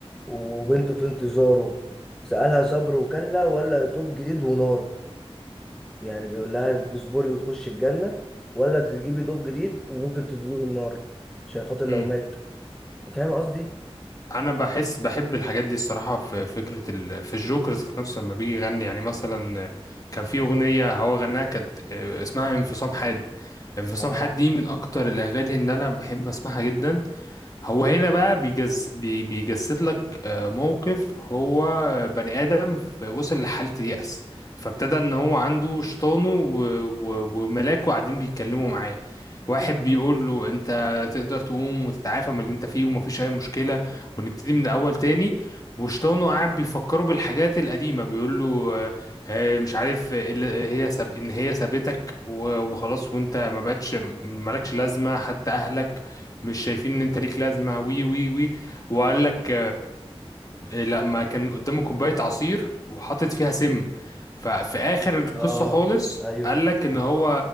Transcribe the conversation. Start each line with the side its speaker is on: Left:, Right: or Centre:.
Centre: وبنته في انتظاره سألها صبر وكلا ولا توب جديد ونار يعني بيقول لها انت تصبري وتخشي الجنة ولا تجيبي دوب جديد وممكن تدوقي النار عشان خاطر لو
Left: امم
Centre: مات فاهم قصدي؟
Left: انا بحس بحب الحاجات دي الصراحه في فكره ال... في الجوكر ذات نفسه لما بيجي يغني يعني مثلا كان في اغنيه هو غناها كانت آه، اسمها انفصام حاد انفصام
Centre: اه
Left: حاد دي من اكتر الاغاني اللي انا بحب اسمعها جدا هو هنا بقى بيجز بي بيجسد لك آه، موقف هو بني آدم في- وصل لحالة يأس فابتدى ان هو عنده شيطانه و- و- وملاكه قاعدين بيتكلموا معاه واحد بيقول له انت تقدر تقوم وتتعافى من اللي انت فيه ومفيش اي مشكلة ونبتدي من الاول تاني وشيطانه قاعد بيفكره بالحاجات القديمة بيقول له آه، آه، مش عارف إيه اللي هي ساب ان هي سابتك و- وخلاص وانت ما بقتش مالكش لازمة حتى اهلك مش شايفين ان انت ليك لازمه وي وي وي وقال لك إيه، لا ما كان قدامه كوباية عصير وحاطط فيها سم ففي آخر القصة
Centre: اه
Left: خالص
Centre: ايوه
Left: قال لك إن هو